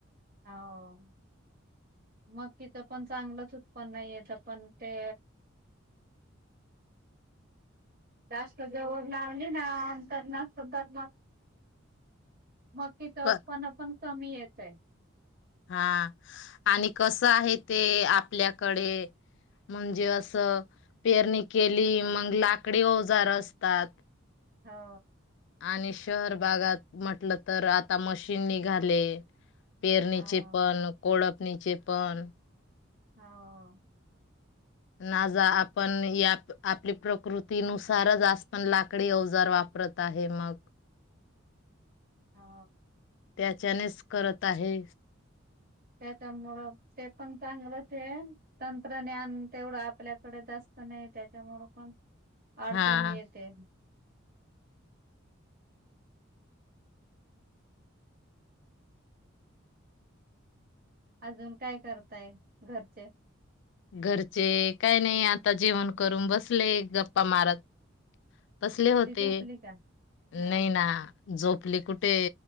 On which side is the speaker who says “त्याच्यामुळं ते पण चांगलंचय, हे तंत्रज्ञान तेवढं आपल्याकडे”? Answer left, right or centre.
Right